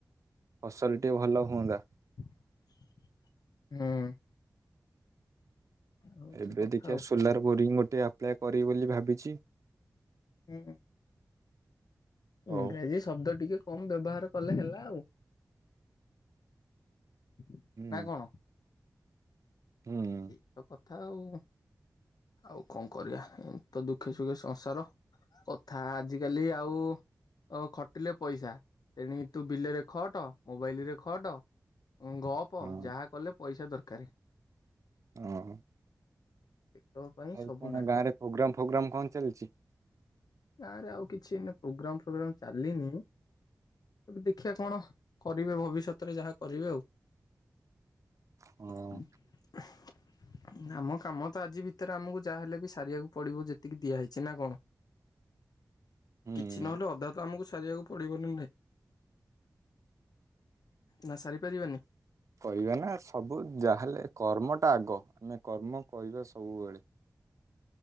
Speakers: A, on the right; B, on the left.
A: ଫସଲ ଟିକେ ଭଲ ହୁଅନ୍ତା।
B: ହୁଁ। ହଉଛି
A: ଏବେ
B: କଥା
A: ଦେଖିଆ
B: ଆଉ
A: ସୋଲାର ବୋରିଂ ଗୋଟେ ଆପ୍ଲାଏ କରିବି ବୋଲି ଭାବିଛି।
B: ହୁଁ।
A: ହଉ
B: ଇଂରାଜୀ ଶବ୍ଦ ଟିକେ କମ ବ୍ୟବହାର କଲେ ହେଲା ଆଉ। ନା
A: ହୁଁ।
B: କଣ।
A: ହୁଁ।
B: ଏଇତ କଥା ଆଉ ଆଉ କଣ କରିବା ଏଇତ ଦୁଃଖେ ସୁଖେ ସଂସାର। କଥା ଆଜିକାଲି ଆଉ ଅ ଖଟିଲେ ପଇସା ତେଣିକି ତୁ ବିଲରେ ଖଟ ମୋବାଇଲରେ ଖଟ। ଗପ
A: ହଁ
B: ଯାହା କଲେ ପଇସା ଦରକାର।
A: ଓଁ।
B: <unintelligible>
A: ଆଉ ତମ
B: ନାଟ
A: ଗାଁରେ ପ୍ରୋଗ୍ରାମ ଫୋଗ୍ରମ୍ କଣ ଚାଲଚି?
B: ଗାଁ ରେ ଆଉ କିଛି ଏନା ପ୍ରୋଗ୍ରାମ ଫୋଗ୍ରମ୍ ଚାଲିନି। ଏବେ ଦେଖିଆ କଣ କରିବେ ଭବିଷ୍ୟତରେ ଯାହା କରିବେ ଆଉ।
A: ହଁ
B: <unintelligible> ଆମ କାମ ତ ଆଜି ଭିତରେ ଆମକୁ ଯାହାହେଲେ ବି ସାରିବାକୁ ପଡିବ ଯେତିକି ଦିଆହେଇଛି ନା କଣ।
A: ହୁଁ।
B: କିଛି ନହେଲେ ଅଧା ତ ଆମକୁ ସାରିବାକୁ ପଡିବ ନୁହେଁ। ନା ସାରିପାରିବାନି?
A: କହିବା ନା ସବୁ ଯାହେଲେ କର୍ମଟା ଆଗ ଆମେ କର୍ମ କହିବା ସବୁବେଳେ।